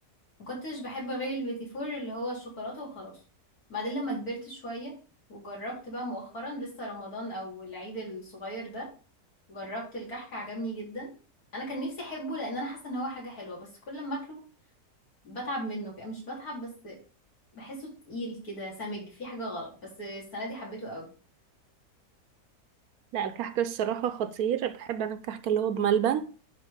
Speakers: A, on the left; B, on the right.
A: ما كنتش بحب غير البيتي فور اللي هو الشوكولاته وخلاص بعدين لما كبرت شويه وجربت بقى مؤخرا لسه رمضان او العيد الصغير ده جربت الكحك عجبني جدا انا كان نفسي احبه لان انا حاسه ان هو حاجه حلوه بس كل ما اكله بتعب منه مش بتعب بس بحسه تقيل كده سمج في حاجه غلط بس السنه دي حبيته قوي
B: لا الكحك الصراحه خطير بحب انا الكحك اللي هو بملبن